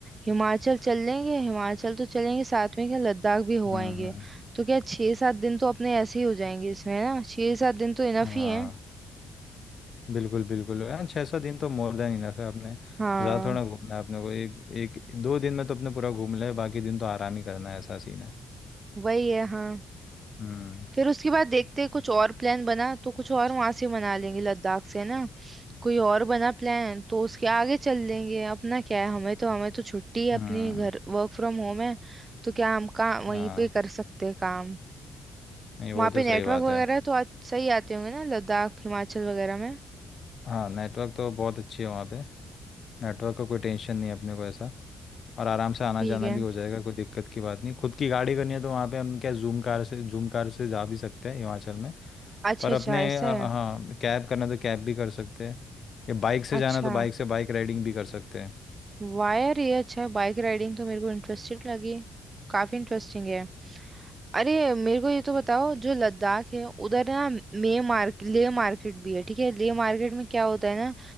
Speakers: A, on the right (about 30°); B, on the left (about 50°).
A: हिमाचल चल लेंगे हिमाचल तो चलेंगे साथ में क्या लद्दाख भी हो
B: हम्म
A: आएंगे
B: हम्म
A: तो क्या छः सात दिन तो अपने ऐसे ही हो जाएंगे इसमें है ना छः सात दिन तो इनफ
B: हाँ
A: ही है
B: बिल्कुल बिल्कुल हाँ छः सौ दिन तो मोर देन इनफ है अपने
A: हाँ
B: ज़्यादा थोड़ा घूमना है अपने को एक एक दो दिन में तो अपने पूरा घूम ले बाकी दिन तो आराम ही करना है ऐसा सीन है
A: वही है हाँ
B: हम्म
A: फिर उसके बाद देखते हैं, कुछ और प्लान बना तो कुछ और वहां से मना लेंगे लद्दाख से ना कोई और बना प्लान तो उसके आगे चल लेंगे अपना क्या है हमें तो हमें तो छुट्टी है
B: हम्म
A: अपनी घर वर्क फ्रॉम होम है तो क्या हम काम वहीं
B: हाँ
A: पे कर सकते हैं काम
B: नहीं वो
A: वहां
B: तो
A: पे
B: सही
A: नेटवर्क
B: बात
A: वगैरह
B: है
A: तो अच्छा ही आते होंगे ना लद्दाख हिमाचल वगैरह में
B: हाँ नेटवर्क तो बहुत अच्छी है वहाँ पे नेटवर्क का कोई टेंशन नहीं है अपने को ऐसा और आराम से आना
A: ठीक
B: जाना
A: है
B: भी हो जाएगा कोई दिक्कत की बात नहीं खुद की गाड़ी करनी है तो वहाँ पे हम क्या जूम कार से जूम कार से जा भी सकते हैं हिमाचल में
A: अच्छा
B: पर अपने
A: अच्छा ऐसा
B: अ,
A: है
B: हाँ कैब करना तो कैब भी कर सकते हैं या बाइक से जाना
A: अच्छा
B: तो बाइक से बाइक राइडिंग भी कर सकते हैं
A: वायर ये अच्छा है बाइक राइडिंग तो मेरे को इंटरेस्टिंग लगी काफी इंटरेस्टिंग है अरे मेरे को ये तो बताओ जो लद्दाख है उधर ना मे मार्केट ले मार्केट भी है ठीक है ले मार्केट में क्या होता है ना